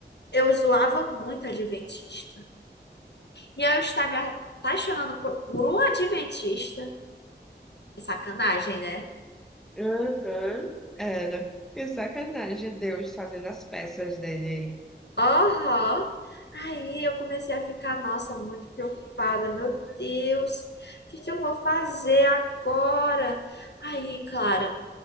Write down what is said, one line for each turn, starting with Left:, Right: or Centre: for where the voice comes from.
Left: eu zoava muito adventista. E eu estar me apaixonando por, por um adventista. É sacanagem, né?
Centre: Uhum. Era. Que sacanagem, Deus fazendo as peças dele. aí.
Left: Aham. Aí eu comecei a ficar, nossa, muito preocupada. Meu Deus, o que que eu vou fazer agora? Aí, claro.